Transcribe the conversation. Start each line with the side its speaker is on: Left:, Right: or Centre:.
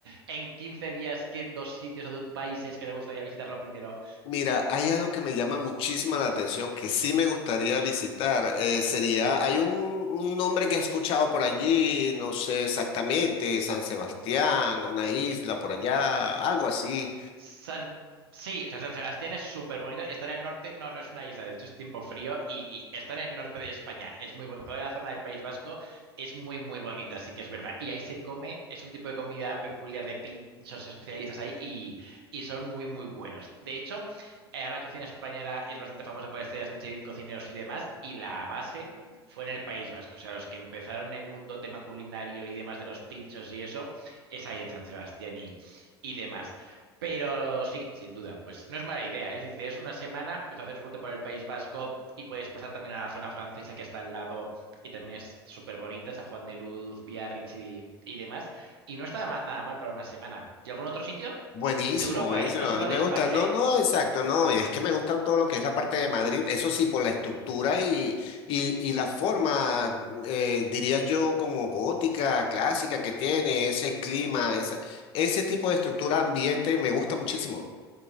Right: en 15 días, qué dos sitios o dos países que te gustaría visitar lo primero?
Left: Mira, hay algo que me llama muchísimo la atención, que sí me gustaría visitar. eh, sería, hay un, un nombre que he escuchado por allí, no sé exactamente, San Sebastián, una isla por allá, algo así.
Right: San- Sí, o sea, San Sebastián es súper bonito. Está en el norte, no, no es una isla, de hecho es tiempo frío y, y está en el norte de España. Es muy bo- toda la zona del País Vasco es muy, muy bonita, así que es verdad. Y ahí se come, es un tipo de comida peculiar de pinchos especialistas ahí y, y son muy, muy buenos. De hecho, eh, la cocina española es bastante famosa por estrellas Michelin, cocineros y demás, y la base fue en el País Vasco. O sea, los que empezaron el mundo tema culinario y demás de los pinchos y eso, es ahí en San Sebastián y y demás. Pero sí, sin duda, pues no es mala idea, ¿eh? Si tienes una semana, pues haces ruta por el País Vasco y puedes pasar también a la zona francesa que está al lado y también es súper bonita, San Juan de Luz, Biarritz y, y demás. Y no está ma- nada mal para una semana. ¿Y algún otro sitio?
Left: Buenísimo,
Right: De Europa,
Left: buenísimo.
Right: ¿eh? No
Left: A
Right: solo
Left: mí me
Right: de España,
Left: gusta. No,
Right: ¿eh?
Left: no, exacto, no. Y es que me gusta todo lo que es la parte de Madrid. Eso sí, por la estructura y, y, y la forma, mm, eh, diría yo, como gótica, clásica que tiene, ese clima, esa, ese tipo de estructura ambiente me gusta muchísimo.